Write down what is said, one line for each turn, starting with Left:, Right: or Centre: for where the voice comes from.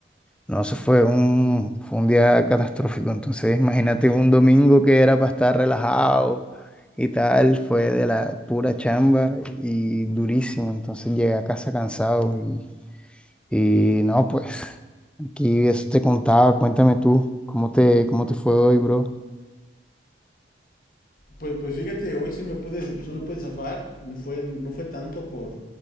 Centre: No, eso fue un, fue un día catastrófico. Entonces, imagínate un domingo que era para estar relajado y tal, fue de la pura chamba y durísimo. Entonces llegué a casa cansado y, y no, pues aquí eso te contaba. Cuéntame tú, ¿cómo te, cómo te fue hoy, bro?
Left: Pues, pues fíjate, hoy sí me pude, sí me pude zafar. No fue, no fue tanto por,